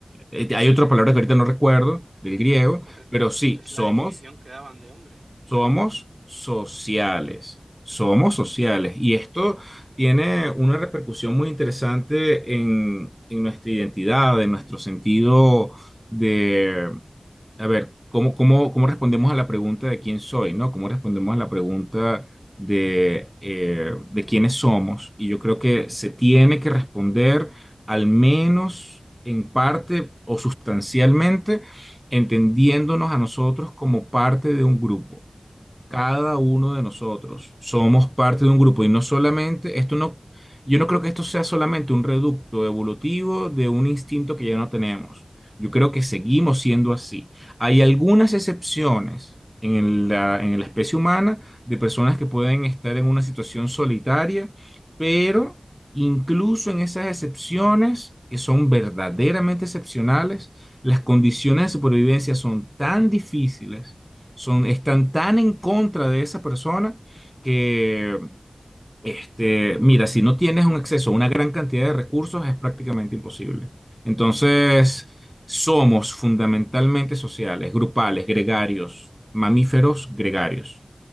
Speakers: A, in the centre; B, on the right.
A: eh, Hay otra palabra que ahorita no recuerdo, del griego,
B: correcto,
A: pero sí,
B: es
A: somos
B: la definición que daban de hombre,
A: somos
B: básicamente.
A: sociales, somos sociales. Y esto tiene una repercusión muy interesante en, en nuestra identidad, en nuestro sentido de, a ver, ¿cómo, cómo, cómo respondemos a la pregunta de quién soy, ¿no? ¿Cómo respondemos a la pregunta de, eh, de quiénes somos? Y yo creo que se tiene que responder al menos en parte o sustancialmente entendiéndonos a nosotros como parte de un grupo. Cada uno de nosotros somos parte de un grupo y no solamente, esto no, yo no creo que esto sea solamente un reducto evolutivo de un instinto que ya no tenemos. Yo creo que seguimos siendo así. Hay algunas excepciones en la, en la especie humana de personas que pueden estar en una situación solitaria, pero incluso
B: Ujú.
A: en esas excepciones, que son verdaderamente excepcionales, las condiciones de supervivencia son tan difíciles son, están tan en contra de esa persona que, este, mira, si no tienes un acceso a una gran cantidad de recursos es prácticamente imposible. Entonces, somos fundamentalmente sociales, grupales, gregarios, mamíferos gregarios.